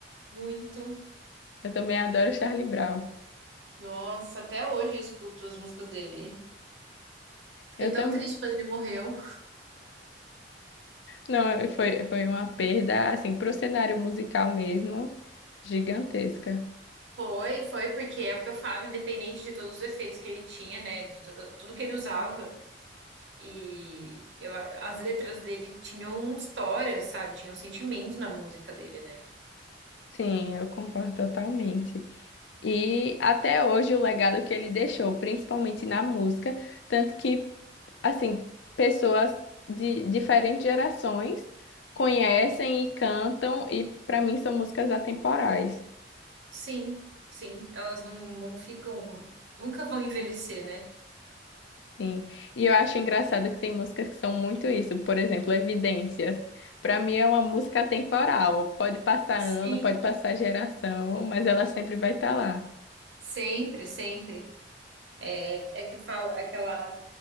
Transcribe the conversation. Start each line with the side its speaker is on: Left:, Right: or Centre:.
Right: Muito.
Left: Eu também adoro Charlie Brown.
Right: Nossa, até hoje eu escuto as músicas dele. Fiquei
Left: Eu também.
Right: tão triste quando ele morreu.
Left: Não, foi, foi uma perda, assim, pro cenário musical mesmo, gigantesca.
Right: Foi, foi, porque é o que eu falo, independente de todos os efeitos que ele tinha, né? De tudo, tudo que ele usava. E eu, as letras dele tinham história, sabe? Tinham sentimento na música dele, né?
Left: Sim, eu concordo totalmente. E até hoje o legado que ele deixou, principalmente na música, tanto que, assim, pessoas de diferentes gerações conhecem e cantam, e para mim são músicas atemporais.
Right: Sim, sim, elas não, não ficam, nunca vão envelhecer, né?
Left: Sim. E eu acho engraçado que tem músicas que são muito isso. Por exemplo, Evidências. Pra mim é uma música atemporal. Pode passar
Right: Sim,
Left: ano, pode passar geração, mas ela sempre vai estar lá.
Right: sempre, sempre. É é que eu falo aquela